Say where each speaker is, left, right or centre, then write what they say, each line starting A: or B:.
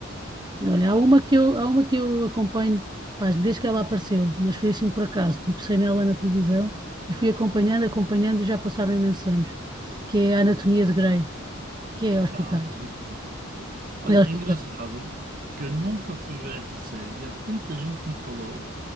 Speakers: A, on the right (about 20°); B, on the right (about 45°).
A: Olha, há
B: Ok.
A: uma que eu, há uma que eu acompanho, pá, desde que ela apareceu, mas foi assim por acaso, tropecei nela na televisão e fui acompanhando, acompanhando e já passaram imensos anos, que é a Anatomia de Grey, que é hospitais.
B: Ah, ok. Olha,
A: É hospitais.
B: é engraçado que eu nunca fui ver essa série. Já tanta gente me falou